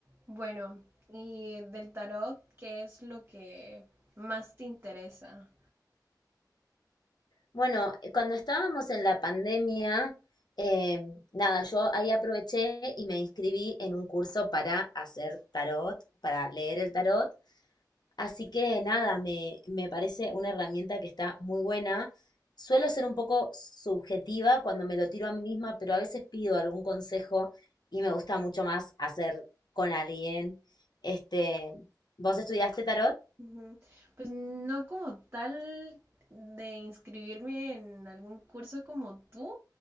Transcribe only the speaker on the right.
Bueno, y del tarot, ¿qué es lo que más te interesa?
Ujú. Pues no como tal de inscribirme en algún curso como tú.